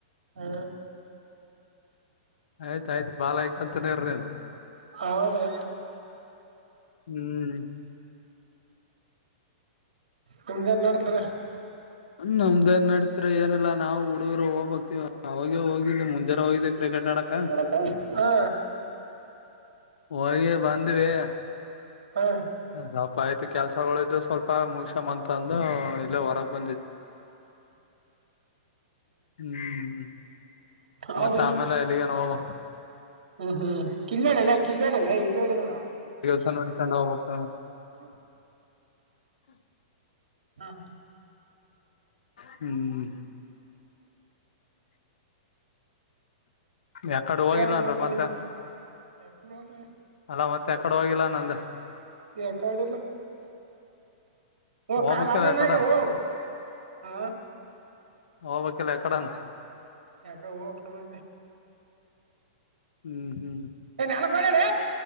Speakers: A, on the right; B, on the left.
A: ಹ್ಮ
B: ಆಯ್ತಾಯ್ತು ಬಾ ಯಕಂತನರನ್
A: ಹೌದ್ರೆ
B: ಹ್ಮ್
A: ನಿಮ್ದೇ ನಡಿದ್ರೆ
B: ನಮ್ದ ಏನ್ ನಡೀತ್ರಿ ಏನಲ್ಲ ನಾವು ಹುಡುಗರು ಹೋಗ್ಬಕ್ ಅವಾಗೆ ಹೋಗಿದ್ದೆ ಮುಂಜಾರೆ ಹೋಗಿದ್ದೆ ಕ್ರಿಕೆಟ್ ಆಡಕ
A: ಮಾತಾಡಕ ಹಾ
B: ವಹ ಬ ಂದ್ವಿ
A: ಹಾ
B: ಸ್ವಲ್ಪ ಆಯ್ತು ಕೆಲ್ಸಗಳು ಇದು ಸ್ವಲ್ಪ ಮುಗಸ ಮ ತಂದು ಇಲ್ಲೇ ಹೊರಗೆ ಬಂದಿತ್ತು ಹ್ಮ್್ಮ
A: ಹೌದ್ರಿ
B: ಮತ್ತತ್ ಆಮೇಲೆ ಎಲ್ಲಿಗೆನ್ ಹೋಗ್ೋಗ್ತ
A: ಹ್ಮ್ ಹ್ಮ್ ಕಿಲ್ಲೋಡೆಲ್ಲ ಕಿಲ್ಲೋಡೆಲ್ಲ ಇಲ್ಲೋಡೆಲ್ಲ ನ
B: ೋದ ನ ಹೋಗತ
A: ಹ
B: ಹ್ಮ
A: ಹಾ ಹಾ
B: ಹ್ಮ್ ಯಕಡು ಹೋಗಿಲ್ಲನ್ರ
A: ಹೇಳ್ರಿ
B: ಮತ್ತೆ
A: ನಿಮ್ಗೆ ಯಾಕ ನೋಡ್ರಿ
B: ಅಲ್ಲ ಮತ್ತೆ ಯ ಪಡವಾಗಿಲ್ಲ ನಂದ
A: ಯ ಕಡೆಲ್ಲ
B: ಹೋಗ್ಬೇಕಿಲ್ಲ
A: ಕ ಅ್ಣ
B: ಯಕಡನ್
A: ನ ಗ ಹ ಹಾ
B: ಹಬಕಲ ಎಕಡಾನ
A: ಯಕನ ಮ
B: ಹ್ಮ್ ಹ್ಮ್
A: ಏನ್ಾನ ಕೊಡಲಿ